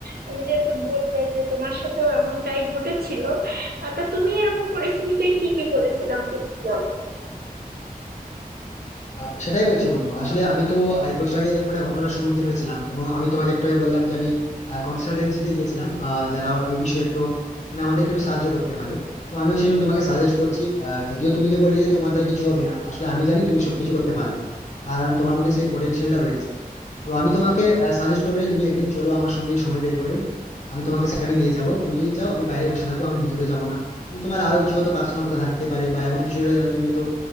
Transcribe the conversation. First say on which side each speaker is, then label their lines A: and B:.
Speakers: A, on the right; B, on the left.
A: তুমি যেহেতু বললে যে তোমার সাথেও এমনটাই ঘটেছিল আহ, তা তুমি এরকম পরিস্থিতিতে কি কি করেছিলে আমাকে একটু বলো
B: আহ, সেটাই বলছি বন্ধু আসলে আমি তো এক বছর আগে এরকম একটা ঘটনার সম্মুখীন হয়েছিলাম এবং আমি তোমাকে একটু আগে বললাম যে আমি কনসালটেন্সিতে গিয়েছিলাম আহ, যারা এই বিষয়ে একটু মানে আমাদেরকে একটু সাহায্য করতে পারে তো আমিও সেই জন্য তোমাকে সাজেস্ট করছি আহ, যদিও তুমি যে বললে যে তোমার দ্বারা কিছু হবে না আসলে আমি জানি তুমি সবকিছু করতে পারবে কারণ তোমার মধ্যে সেই পোটেনশিয়ালটা রয়েছে তো আমি তোমাকে সাজেস্ট করবো যে তুমি একদিন চলো আমার সঙ্গে সময় বের করে আমি তোমাকে সেখানে নিয়ে যাব তুমি যদি চাও আমি বাইরে বসে থাকবো আমি ভিতরে যাব না তুমি তোমার আরো কিছু হয়তো পার্সোনাল কথা থাকতে পারে বা এমন কিছু যেটা তুমি তো